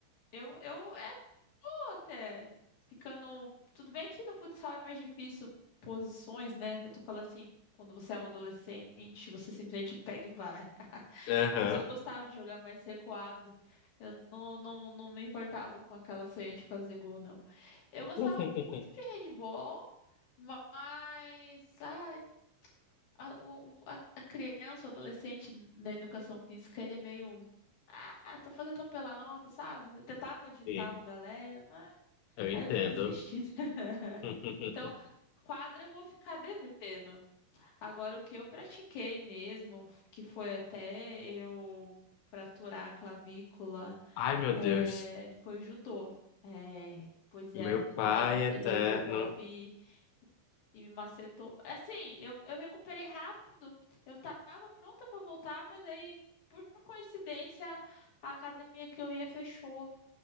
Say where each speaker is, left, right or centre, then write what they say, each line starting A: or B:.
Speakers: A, on the left; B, on the left.
A: eu, eu era boa até. Ficando. Tudo bem que no futsal é mais difícil posições, né? Eu tô falando assim, quando você é um adolescente, você simplesmente pega e vai. <laughs>
B: Aham.
A: Mas eu gostava de jogar mais recuado. Eu não, não, não me importava com aquela sonha de fazer gol, não. Eu
B: <laughs>
A: gostava muito de handball, mas. Ah, A, o- o- a- a criança, o adolescente na educação física, ele é meio. Ah, tô fazendo pela nota, sabe? Eu tentava agitar
B: Sim,
A: uma galera, mas
B: eu
A: aí
B: entendo.
A: eu fui desistindo. <laughs>
B: <laughs>
A: Então, quadra eu vou ficar devendo. Agora, o que eu pratiquei mesmo, que foi até eu fraturar a clavícula,
B: Ai, meu
A: é,
B: Deus.
A: foi judô. É, pois
B: Meu
A: é, a menina
B: pai eterno.
A: derrou o golpe e me macetou. É Assim, eu, eu recuperei rápido. Eu tava pronta pra voltar, mas aí, por coincidência, a academia que eu ia fechou.